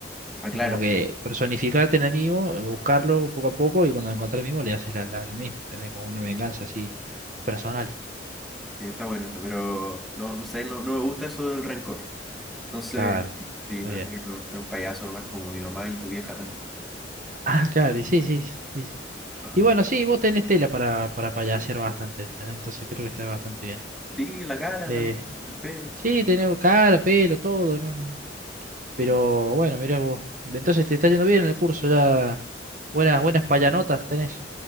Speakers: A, in the centre; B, on the right.
A: Aclaro,
B: Es como que personificarte en el mismo, eh, buscarlo poco a poco y cuando lo encontrás el mismo le haces la, la, la misma. Tenés como una venganza así personal.
A: que está bueno eso, pero no, no sé, no, no me gusta eso del rencor. Entonces,
B: Claro,
A: sí,
B: está
A: prefiero
B: bien.
A: ser un payaso nomás como mi mamá y tu vieja también.
B: Ah, claro, y sí, sí, sí. sí.
A: Ajá.
B: Y bueno, sí, vos tenés tela para, para payasear bastante, ¿entendés? Entonces creo que está bastante bien.
A: Sí, la cara
B: Eh,
A: también, el pelo.
B: sí, tenés cara, pelo, todo, ¿no? no. no.
A: Sí.
B: Pero bueno, mirá vos. Entonces te está yendo bien en el curso, ya buenas, buenas payanotas tenés.